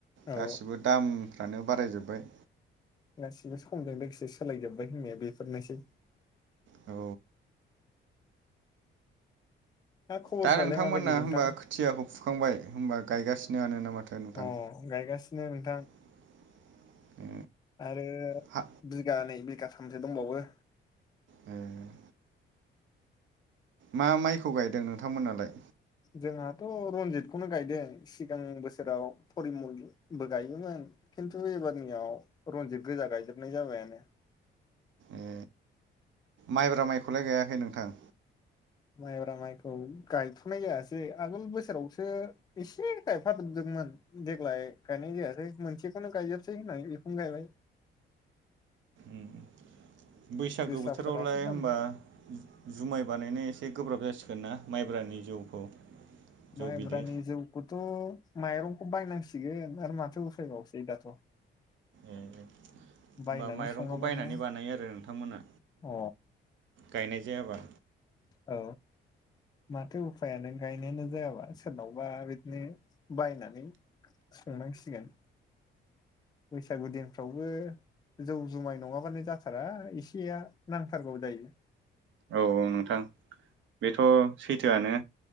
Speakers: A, on the left; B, on the right.
A: औ
B: गासिबो दामफ्रानो बारायजोब्बाय।
A: गासिबो समजों लोगोसे सोलायजोबबाय होननाया बेफोरनोसै।
B: औ।
A: खबरफ्रालाय
B: दा नोंथांमोना
A: माबायदि नोंथां
B: होमबा खोथियाखौ फुखांबाय होमबा गायगासिनोआनो ना माथो नोंथां?
A: अ गायगासिनो नोंथां।
B: <unintelligible> ए
A: आरो
B: हा
A: बिगानैै बिगाथामसो दंबावो।
B: ओम। मा माइखौ गायदों नोंथांमोनालाय?
A: जोंहाथ' रनजितखौनो गायदों सिगां बोसोराव फरिमलबो गायोमोन। खिन्थु एबारनियाव रनजित गोजा गायजोबनाय जाबायानो।
B: ए माइब्रा माइखौलाय गायाखै नोंथां?
A: माइब्रा माइखौ गायथ'नाय जायासै आगोल बोसोरावसो एसे गायफादोबदोब मोन देग्लाय गायनाय जायासै मोनसेखौनो गायजोबसै होननानै बेखौनो गायबाय।
B: उम। बैसागो
A: जोसाफोरासो
B: बोथोरावलाय
A: दङ
B: होमबा जुमाय बानायनाय एसे गोब्राब जासि गोनना माइब्रानि जौखौ? जौ
A: माइब्रानि
B: बिदै
A: जौखौथ' माइरंखौ बायनांसिगोन। आरो माथो उफायबावसै दाथ'।
B: ए।
A: बायनानै
B: होमबा माइरंखौ
A: सङाबानो
B: बायनानै बानायो आरो नोंथांमोना
A: अ
B: गायनाय जायाबा?
A: औ। माथो उफायानो गायनायानो जायाबा सोरनावबा बिदिनो बायनानै संनांसिगोन बैसागु दिनफ्रावबो जौ जुमाय नङाब्लानो जाथारा इसेया नांथारगौ दायो।
B: औ-औ नोंथां बेथ' सैथोआनो